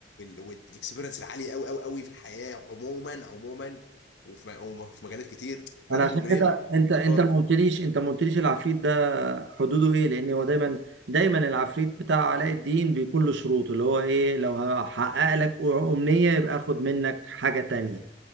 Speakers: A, on the left; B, on the right.
A: والاكسبيرنس العاليه قوي قوي قوي في الحياه عموما عموما وفي م- وفي مجالات كتير
B: انا
A: راجل
B: عشان
A: ملم
B: كده انت انت
A: دور.
B: ما قلتليش انت ما قلتليش العفريت ده حدوده ايه لان هو دايما دايما العفريت بتاع علاء الدين بيكون له شروط اللي هو ايه لو هحقق لك امنية يبقى اخد منك حاجة تانية